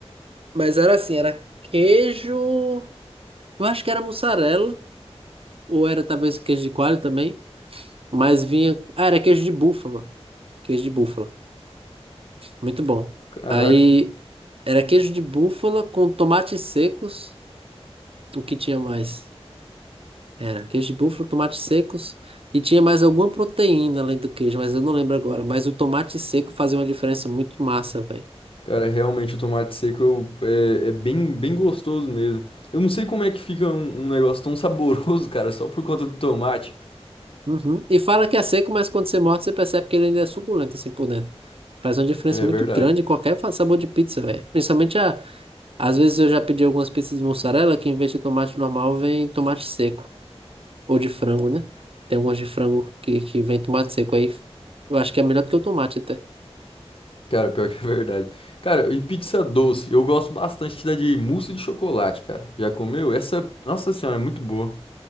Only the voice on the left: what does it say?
Caraca.
Cara, realmente o tomate seco eu- é, é bem, bem gostoso mesmo. Eu não sei como é que fica um, um negócio tão saboroso, <laughs> cara, só por conta do tomate.
É
verdade.
Cara, pior que é verdade. Cara, e pizza doce? Eu gosto bastante da de mousse de chocolate, cara. Já comeu? Essa, nossa senhora, é muito boa.